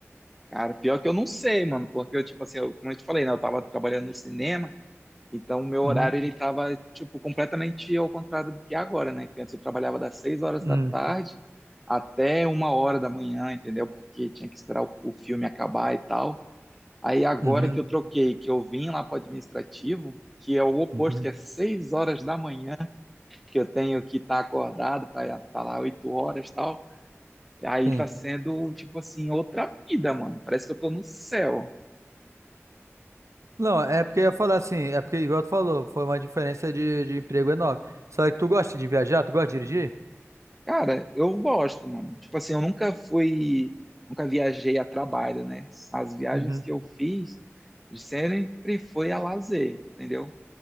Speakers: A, in the centre; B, on the right.
A: cara, pior que eu não sei, mano, porque eu, tipo assim, eu- como eu te falei, né? Eu tava trabalhando no cinema, então o meu
B: Uhum,
A: horário, ele tava, tipo, completamente ao contrário do que é agora, né? Que antes eu trabalhava das seis horas
B: uhum,
A: da tarde até uma hora da manhã, entendeu? Porque tinha que esperar o o filme acabar e tal. Aí agora
B: uhum,
A: que eu troquei, que eu vim lá para o administrativo, que é o oposto,
B: uhum,
A: que é 6 horas da manhã, que eu tenho que estar acordado para estar lá 8 horas e tal. Aí
B: sim.
A: tá sendo, tipo assim, outra vida, mano. Parece que eu tô no céu.
B: Não, é porque eu ia falar assim, é porque, igual tu falou, foi uma diferença de, de emprego enorme. Só que tu gosta de viajar? Tu gosta de dirigir?
A: Cara, eu gosto, mano. Tipo assim, eu nunca fui, nunca viajei a trabalho, né? As viagens
B: Uhum.
A: que eu fiz sempre foi a lazer, entendeu?